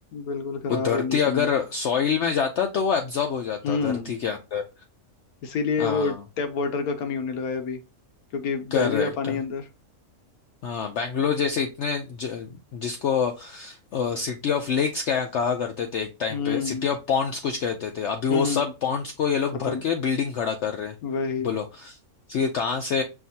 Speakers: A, on the left; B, on the left.
A: बिल्कुल खराब
B: वो धरती
A: कंडीशन
B: अगर
A: है
B: सॉइल में जाता तो वो एब्जॉर्ब हो जाता
A: हम्म
B: धरती के अंदर
A: इसीलिए
B: हाँ
A: वो टैप वाटर का कमी होने लगा है अभी क्योंकि जा
B: करेक्ट
A: ही नहीं रहा पानी अंदर
B: हाँ बैंगलोर जैसे इतने ज, जिसको सिटी ऑफ लेक्स कहा कहा करते थे एक टाइम
A: हम्म
B: पे सिटी ऑफ पॉन्ड्स कुछ कहते थे अभी वो
A: हम्म
B: सब पॉन्ड्स को ये लोग
A: खत्म
B: भर के बिल्डिंग खड़ा कर रहे हैं
A: वही
B: बोलो फिर कहाँ से